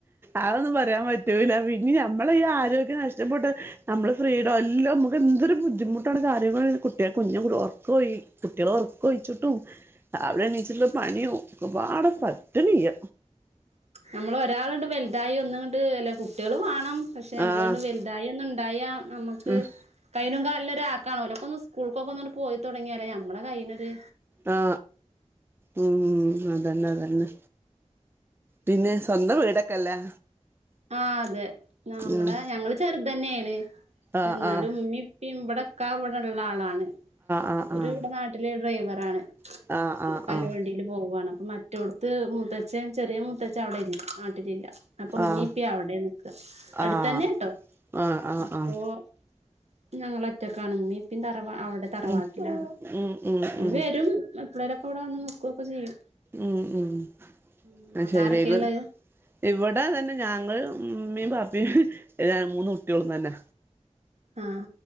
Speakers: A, on the right; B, on the right.
A: ആന്നും പറയാൻ പറ്റൂല പിന് <unintelligible> ഇനി നമ്മള ഈ ആരോഗ്യം നഷ്ടപ്പെട്ട് നമ്മള് ഫ്രീയുടെ എല്ലാം നമുക്ക് എന്തൊരു ബുദ്ധിമുട്ടാണ് കാര്യ കുട്ടികെ കുഞ് ഓർക്ക് പോയി കുട്ടികളെ ഉറക്കെ ഒഴിച്ചിട്ടും രാവിലെ ണീച്ചിട്ടുള്ള പണിയോ ഒകപാടെ പറ്റ്ണ്യ
B: നമ്മള ഒരാളണ്ട് വലുതായി ഒന്നുംണ്ട് അല്ല കുട്ടികൾും വേണം പക്ഷെ നമ്മളണ്ട്
A: ആഹ്
B: വലുതായി ഒന്നും ഉണ്ടായ നമുക്ക്
A: ഉം
B: കയ്യിനും കാലിനും നല്ലരാ ആക്കാണല്ലോ ഒക്കെ ഒന്ന് സ്കൂൾക്കൊക്കെ പോയി തുടങ്ങിയാലേ നമ്മളെ കൈനൊര്
A: ആ.... ഉ... അതന്നെ അതന്നെ പിന്നെ സ്വന്തം വീടൊക്കെല്ലേ
B: ആ അതെ അമ്മടെ
A: ഉം
B: ഞങ്ങള് ചെറുത്തന്നെയാണ്
A: ആഹ്
B: എന്നാലും
A: ആഹ്
B: ഉമ്മി പിമ്പടക്കവിടെ ഉള്ള ആളാണ്
A: ആഹ്
B: ഒരു
A: ആഹ് ആഹ്
B: ഇവിടെ നാട്ടിലെ ഡ്രൈവറ ആണ്
A: ആഹ് ആഹ്
B: കല്ലവണ്ടിയില്
A: ആഹ്
B: പോവുവാണ് മറ്റോടത്ത് മൂത്തച്ചൻ ചെറിയ മൂത്തച്ച്ച അവിടെ ഇല്ല നാട്ടിലില്ല അപ്പൊമ്മീപ്പ
A: ആഹ്
B: അവിടെ നിക്ക അടുത്തന്നെ
A: ആഹ്
B: ട്ടോ
A: ആഹ് ആഹ്
B: അപ്പോ
A: ആഹ്
B: ഇപ്പ ഞങ്ങളാ ഒറ്റക്കണമ്മിപ്പ തറവാ അവിടെ തറവാട്ട്
A: ഉം
B: ഇങ്ങട്ട്
A: ഉം ഉം ഉം
B: വരും എപ്പളേരൊക്കെ ഇവിടെ വന്ന് നോക്കയൊക്കെ ചെയ്യും
A: ഉം ഉം
B: ഉം
A: ആ
B: അവിടെ
A: ശരി
B: ആരൊക്കെള്ളത്
A: വൈകും ഇവിടെ അതന്നെ ഞങ്ങ ഉമ്മിപാപ്പിഏ മൂന്ന് കുട്ടിളോം തന്നെ
B: ആഹ്